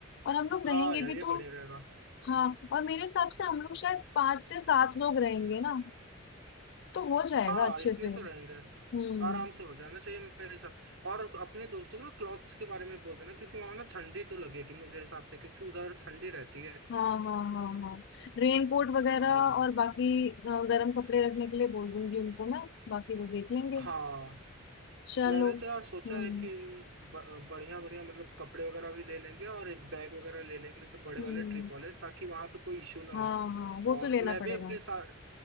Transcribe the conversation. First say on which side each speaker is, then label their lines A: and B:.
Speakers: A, on the left; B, on the right.
A: और हम लोग
B: हाँ
A: रहेंगे
B: यार
A: भी
B: ये बढ़िया
A: तो
B: रहेगा
A: हाँ और मेरे हिसाब से हम लोग शायद पाँच से सात लोग रहेंगे ना तो हो जाएगा
B: हाँ
A: अच्छे
B: इतने
A: से
B: तो रहेंगे
A: हम्म
B: आराम से हो जाना चाहिए मेरे साथ और अपने दोस्तों को ना क्लॉथ्स के बारे में बोल देना क्योंकि वहां ना ठंडी तो लगेगी मुझे हिसाब से क्योंकि उधर ठंडी रहती है
A: हाँ हाँ हाँ हाँ रेनकोट वगैरह
B: हाँ
A: और बाकी अ, गर्म कपड़े रखने के लिए बोल दूंगी उनको मैं बाकी वो देख लेंगे
B: हाँ
A: चलो
B: मैंने तो यार सोचा
A: हम्म
B: है कि बढ़िया बढ़िया मतलब कपड़े वगैरह भी ले लेंगे और एक बैग वगैरह ले लेंगे बड़े
A: हम्म
B: वाले ट्रिप वाले ताकि वहां पे कोई इशू ना हो
A: हाँ हाँ वो
B: और
A: तो लेना
B: मैं भी
A: पड़ेगा
B: अपने सा,